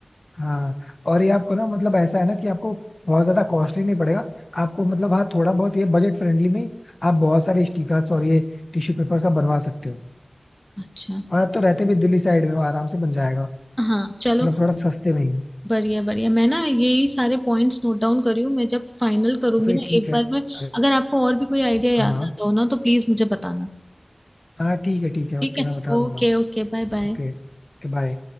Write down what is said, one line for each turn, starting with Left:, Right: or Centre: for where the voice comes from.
Left: हाँ और ये आपको ना मतलब ऐसा है ना कि आपको बहुत ज्यादा कॉस्टली नहीं पड़ेगा आपको मतलब हाँ थोड़ा बहुत ये बजट फ्रेंडली में ही आप बहुत सारे स्टिकर्स और ये टिश्यू पेपर सब बनवा सकते हो
Centre: अच्छा
Left: और आप तो रहते भी दिल्ली साइड में हो आराम से बन जाएगा
Centre: हाँ
Left: मतलब
Centre: चलो
Left: थोड़ा सस्ते में ही
Centre: बढ़िया बढ़िया मैं ना यही सारे पॉइंट्स नोट डाउन करी हूँ मैं जब फाइनल करूंगी
Left: तो फिर
Centre: ना
Left: ठीक
Centre: एक
Left: है
Centre: बार मैं
Left: अगर-
Centre: अगर आपको और भी कोई आइडिया याद
Left: हाँ
Centre: आता हो ना तो प्लीज मुझे बताना
Left: हाँ ठीक है ठीक है
Centre: ठीक
Left: ओके
Centre: है
Left: मैं बता
Centre: Okay
Left: दूंगा
Centre: okay bye bye
Left: Okay bye